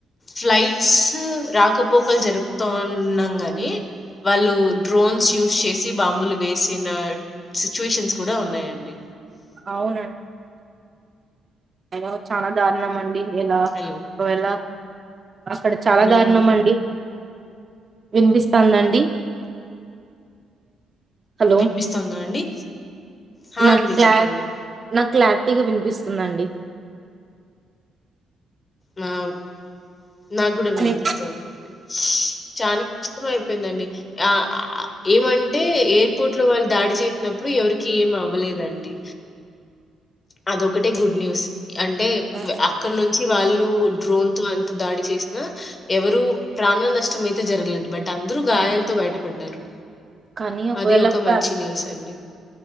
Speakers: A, on the left; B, on the right.
A: ఫ్లైట్స్ రాకపోకలు జరుగుత ఉండగానే వాళ్ళు డ్రోన్స్ చేసి బాంబులు వేసిన సిచ్యువేషన్స్ కూడా ఉన్నాయండి
B: అవునండి అ చానా దారుణమండి ఎలా
A: హలో
B: ఒకవళ అక్కడ చాలా
A: అవునండి
B: దారుణం అండి వినిపిస్తాందండి హలో
A: వినిపిస్తుతోందా అండి హ
B: నాకు
A: అండి
B: క్లా
A: చెప్పండి
B: నాకు క్లారిటీగా వినిపిస్తుందండి
A: నావు నా కూడా
B: కానీ
A: వినిపిస్తుందండి చాలా కష్టం అయిపోయిందండి ఆ ఏమంటే ఎయిర్పోర్ట్ లో వాళ్ళు దాడి చేసినప్పుడు ఎవరికి ఏమి అవ్వలేదండి అది ఒక్కటే గుడ్ న్యూస్ అంటే
B: ఆ!
A: అక్కడ నుంచి వాళ్ళు ను డ్రోన్ తో అంత దాడి చేసినా ఎవరు ప్రాణ నష్టం అయితే జరగలేదు బట్ అందరు గాయాలతో బయటపడ్డారు
B: కానీ ఒకవేళ
A: అది ఒక
B: ఫ్యా
A: మంచి న్యూస్ అండి